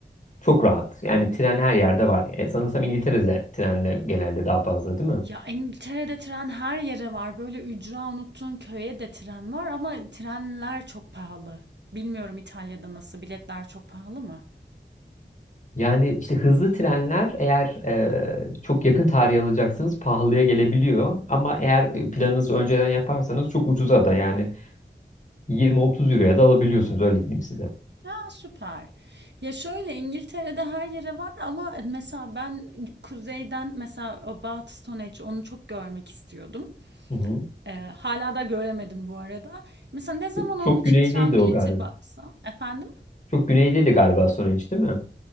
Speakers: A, on the left; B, on the right.
A: Çok rahat. Yani tren her yerde var. E, sanırsam İngiltere'de trenle genelde daha fazla değil mi?
B: Ya İngiltere'de tren her yere var. Böyle ücra unuttuğun köye de tren var ama trenler çok pahalı. Bilmiyorum İtalya'da nasıl biletler çok pahalı mı?
A: Yani işte hızlı trenler eğer e, çok yakın tarih alacaksanız pahalıya gelebiliyor. Ama eğer
B: Hı
A: e, planınızı
B: hı.
A: önceden yaparsanız çok ucuza da yani 20-30 euroya da alabiliyorsunuz öyle diyeyim size.
B: Ha, süper. Ya şöyle İngiltere'de her yere var ama mesela ben kuzeyden mesela About Stone onu çok görmek istiyordum.
A: Hı hı.
B: Ee, hala da göremedim bu arada. Mesela ne zaman
A: Çok,
B: onun
A: çok
B: için
A: güneydeydi
B: tren
A: o
B: bileti
A: galiba.
B: baksam efendim?
A: Çok güneydeydi galiba Stonehenge değil mi?